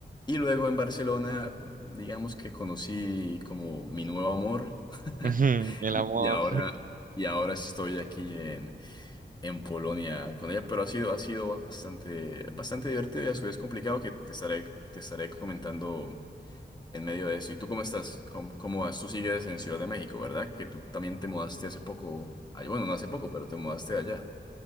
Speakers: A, on the left; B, on the right.
A: Y luego en Barcelona, digamos que conocí como mi nuevo amor. <laughs>
B: Ujú, El
A: Y,
B: amor.
A: y ahora, y ahora estoy aquí en, en Polonia con ella. Pero ha sido, ha sido bastante, bastante divertido y a su vez complicado que te estaré, te estaré comentando en medio de eso. ¿Y tú cómo estás? ¿Cómo, cómo vas? Tú sigues en Ciudad de México, ¿verdad? Que tú también te mudaste hace poco. Ay, bueno, no hace poco, pero te mudaste de allá.